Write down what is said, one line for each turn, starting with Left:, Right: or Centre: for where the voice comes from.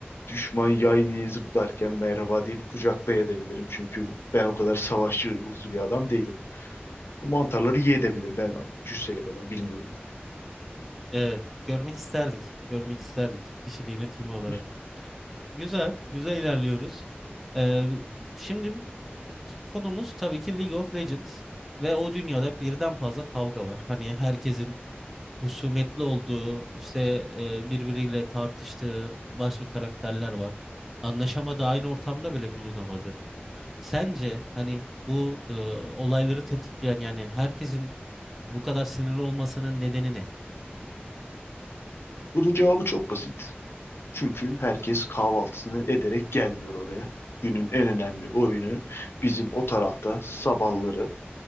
Left: düşman yay diye zıplarken merhaba deyip kucaklayabilirim. Çünkü ben o kadar savaşçı ruhlu bir adam değilim. Bu mantarları yiyebilirim. Ben cüsseli bir adam bilmiyorum.
Centre: Evet, görmek isterdik, görmek isterdik kişiliğini, timi olarak.
Left: <laughs>
Centre: Güzel, güzel ilerliyoruz. Ee, şimdi konumuz tabii ki League of Legends ve o dünyada birden fazla kavga var. Hani herkesin husumetli olduğu, işte e, birbiriyle tartıştığı başka karakterler var. Anlaşamadığı, aynı ortamda bile bulunamadı. Sence hani bu e, olayları tetikleyen yani herkesin bu kadar sinirli olmasının nedeni ne?
Left: Bunun cevabı çok basit. Çünkü herkes kahvaltısını ederek gelmiyor oraya. Günün en önemli oyunu bizim o tarafta sabahları